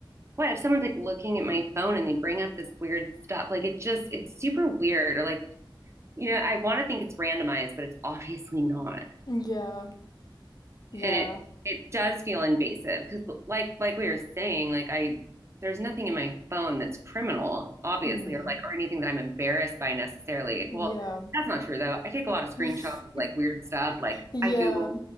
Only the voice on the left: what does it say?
Yeah. Yeah.
hmm
Yeah.
<laughs>
Yeah.